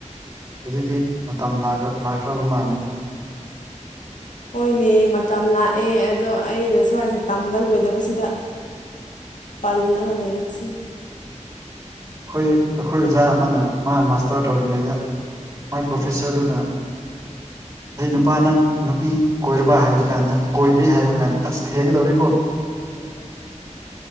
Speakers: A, on the right; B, on the left.
A: ꯍꯨꯖꯤꯛꯇꯤ ꯃꯇꯝ ꯂꯥꯛꯈ꯭ꯔꯕ ꯃꯥꯜꯂꯦ꯫
B: ꯍꯣꯏꯅꯦ ꯃꯇꯝ ꯂꯥꯛꯑꯦ ꯑꯗꯣ ꯑꯩꯅ ꯁ꯭ꯋꯥꯏꯁꯦ ꯇꯝꯕ ꯂꯣꯏꯗꯕꯁꯤꯗ꯫ ꯄꯜꯂꯒ ꯂꯩꯥꯆꯤꯅꯤ꯫
A: ꯑꯩꯈꯣꯏ ꯑꯩꯈꯣꯏ ꯑꯣꯖꯥ ꯑꯃꯅ ꯃꯥ ꯃꯥꯁꯇꯔ ꯇꯧꯔꯤꯉꯩꯗ꯫ ꯃꯥꯏ ꯄ꯭ꯔꯣꯐꯦꯁꯔꯗꯨꯅ ꯍꯩ ꯅꯨꯄꯥ ꯅꯪ ꯅꯨꯄꯤ꯫ ꯀꯣꯏꯔꯕ ꯍꯥꯏꯕ ꯀꯥꯟꯗ ꯀꯣꯏꯗ꯭ꯔꯤ ꯍꯥꯏꯕ ꯀꯥꯟꯗ ꯑꯁ ꯊꯦꯡꯒꯗꯧꯔꯦ꯫